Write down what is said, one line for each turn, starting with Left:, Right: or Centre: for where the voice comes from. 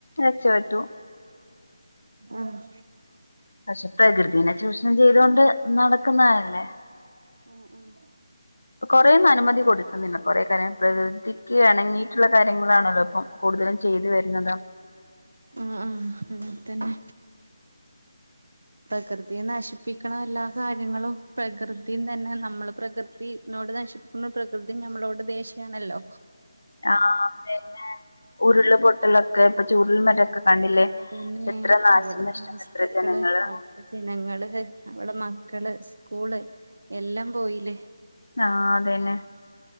Left: രക്ഷപറ്റു
Right: ആഹ്
Left: പക്ഷെ പ്രകൃതിനെ ചൂഷണം ചെയ്ത കൊണ്ട് നടക്കുന്നതല്ലേ
Right: <inaudible>
Left: ഇപ്പ കൊറേയും അനുമതി കൊടുക്കുന്നില്ല കൊറേ കാര്യം പ്രകൃതിക്ക് ഇണങ്ങിയിട്ടുള്ള കാര്യങ്ങളാണല്ലോ ഇപ്പം കൂടുതലും ചെയ്തു വരുന്നുന്നത്
Right: ആഹ് ആഹ് അതന്നെ പ്രകൃതിയ നശിപ്പിക്കണം എല്ലാ കാര്യങ്ങളും പ്രകൃതിയും തന്നെ നമ്മള് പ്രകൃതിനോട് നശിപ്പിക്ക പ്രകൃതി നമ്മളവിടെ ദേഷ്യണല്ലോ
Left: ആ് അതന്നെ ഉരുള് പൊട്ടലൊക്കെ ഇപ്പൊ ചുരുൽ മരൊക്കെ കണ്ടില്ലേ
Right: പിന്നെ
Left: എത്ര നാശനഷ്ടം
Right: അവിടത്തെ വസ്തുക്കള്
Left: എത്ര ജനങ്ങള്
Right: ത്തെ ജനങ്ങള് അവടെ മക്കള് സ്കൂള് എല്ലാം പോയില്
Left: ആഹ് അതന്നെ